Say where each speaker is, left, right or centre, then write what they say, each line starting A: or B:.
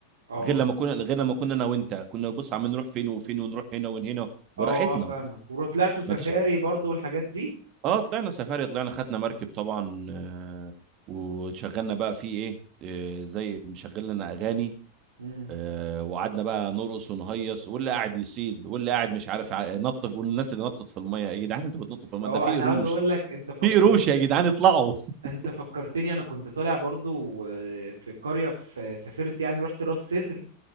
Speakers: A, on the right; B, on the right.
A: اه
B: غير لما كنا غير لما كنا انا وانت كنا بص عم نروح فين وفين ونروح هنا وهنا
A: اه
B: براحتنا
A: اه فاهمك وطلعتوا سفاري
B: ما فيش
A: برضو والحاجات دي
B: اه طلعنا سفاري طلعنا خدنا مركب طبعا آه، وشغلنا بقى فيه ايه آه، زي مشغل لنا اغاني
A: امم
B: آه، وقعدنا بقى نرقص ونهيص واللي قاعد يصيد واللي قاعد مش عارف ع- نط في- والناس اللي نطت في الميه يا جدعان انتوا بتنطوا في الميه
A: اه
B: ده في
A: انا
B: قروش
A: عاوز اقول لك انت فكرتني
B: في قروش يا جدعان اطلعوا <laughs>
A: انت فكرتني انا كنت طالع برضو آه، في قرية في سافرت يعني رحت راس سدر